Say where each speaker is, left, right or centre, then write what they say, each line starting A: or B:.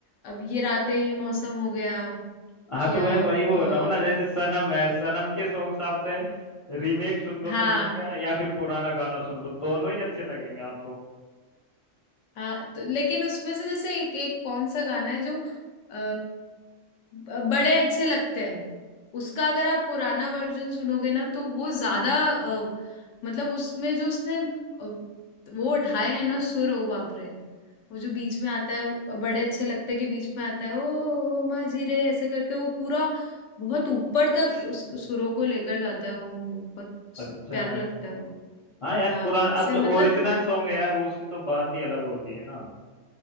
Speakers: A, on the left; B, on the left.
A: अब ये रातें ये मौसम हो गया
B: हाँ
A: या
B: तो मैं वही
A: अ,
B: बोल रहा हूँ ना जैसे सनम है सनम के सॉन्ग्स आप चाहे रीमेक सुन लो
A: हाँ
B: सनम का या फिर पुराना गाना सुन लो दोनों ही अच्छे लगेंगे आपको
A: हाँ तो लेकिन उसमें से जैसे एक एक कौन सा गाना है जो अ, ब- बड़े अच्छे लगते हैं उसका अगर आप पुराना वर्जन सुनोगे ना तो वो ज्यादा अ, मतलब उसमें जो उसने अ, वो उठाए हैं ना सुर ओ बाप रे वो जो बीच में आता है बड़े अच्छे लगते के बीच में आता है ओ, ओ माँ जी रे ऐसे करके वो पूरा बहुत ऊपर तक उस सुरों को लेकर जाता है वो वो बहुत
B: अच्छा
A: प्यारा लगता है वो
B: हाँ यार
A: हाँ
B: पुराना अब
A: से
B: जो
A: मतलब
B: ओरिजिनल सॉन्ग है यार वो उसकी तो बात ही अलग होती है ना